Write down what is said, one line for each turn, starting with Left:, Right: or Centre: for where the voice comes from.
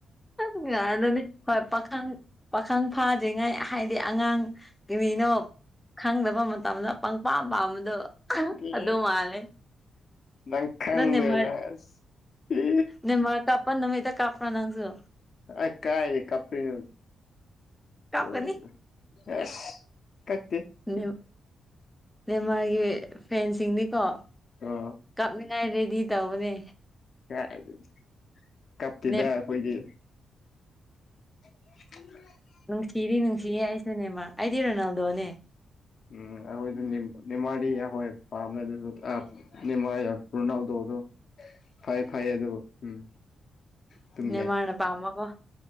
Centre: ꯑꯥ ꯉꯥꯟ ꯅꯣꯅꯦ ꯍꯣꯏ ꯄꯈꯪ ꯄꯥꯈꯪ ꯐꯥꯗ꯭ꯔꯤꯉꯩ ꯍꯥꯏꯗꯤ ꯑꯉꯥꯡ ꯀꯔꯤꯅꯣ ꯈꯪꯗꯕ ꯃꯥ ꯇꯝꯅ ꯄꯪꯄꯥꯝ ꯄꯥꯝꯕꯗꯣ ꯑꯍꯥ
Left: ꯑꯦ
Centre: ꯑꯗꯨ ꯃꯥꯜꯂꯦ
Left: ꯅꯪ ꯈꯪꯗꯦꯗ
Centre: ꯑꯗꯣ ꯅꯦꯃꯥꯔ
Left: ꯑꯁ ꯏ
Centre: ꯅꯦꯃꯥꯔ ꯀꯞꯄꯥꯟ ꯅꯨꯅꯨꯡꯃꯤꯗ ꯀꯞꯄ꯭ꯔꯥ ꯅꯪꯁꯨ
Left: ꯑꯩ ꯀꯥꯏꯗꯩꯩ ꯀꯞꯄꯤꯅꯣ
Centre: ꯀꯥꯞꯀꯅꯤ
Left: ꯍꯣꯏ ꯑꯁ ꯀꯛꯇꯦ
Centre: ꯅꯤꯎ ꯅꯦꯃꯥꯔꯒꯤ ꯐꯦꯟꯁꯤꯡꯅꯤꯀꯣ
Left: ꯑ‌ꯣ
Centre: ꯀꯥꯞꯅꯤꯡꯉꯥꯏ ꯔꯦꯗꯤ ꯇꯧꯕꯅꯦ
Left: ꯀꯥꯏꯗꯩꯩ ꯀꯞꯇ‌ꯦꯗ
Centre: ꯅꯦꯞ
Left: ꯑꯩꯈꯣꯏꯗꯤ <unintelligible>
Centre: ꯅꯨꯡꯁꯤꯔꯤ ꯅꯨꯡꯁꯤꯌꯦ ꯑꯩꯁꯨ ꯅꯦꯃꯥꯔ ꯑꯩꯗꯤ ꯔꯣꯅꯥꯜꯗꯣꯅꯦ
Left: ꯎꯝ ꯑꯈꯣꯏꯗꯤ ꯅꯤꯝ - ꯅꯦꯃꯥꯔꯗꯤ ꯑꯈꯣꯏ ꯄꯥꯝꯃꯦ ꯑꯗꯨꯁꯨ ꯑꯥ ꯅꯦꯃꯥꯔ ꯌꯔ ꯔꯣꯅꯥꯜꯗꯣ ꯗꯣ ꯐꯩ ꯐꯩꯌꯦ ꯑꯗꯣ ꯎꯝ ꯑꯗꯨꯝ
Centre: ꯅꯤꯃꯥꯔꯅ
Left: ꯌꯥꯏ
Centre: ꯄꯝꯕ ꯀꯣ